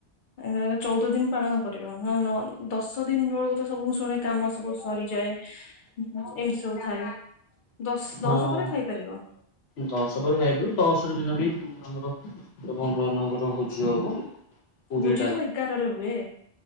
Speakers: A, on the left; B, on the left.
A: ଆ ଚଉଦ ଦିନ ପାଳନ କରିବ ନା ନ ଦଶ ଦିନ ବେଳକୁ ତ ସବୁ ଶୁଣେ କାମ ସବୁ ସରିଯାଏ ଏମିତି ସବୁ ଥାଏ। ଦଶ
B: ହଁ
A: ଦଶ ପରେ ଖାଇପାରିବ।
B: ଦଶ ପରେ ଖାଇପାରୁ ଦଶର ଦିନ ବି ଆମର ବନ୍ଧୁ ବାନ୍ଧବ ଘର ଭୋଜି ହବ। ପୁରୀ
A: ଭୋଜି ତ ଏଗାରରେ ହୁଏ।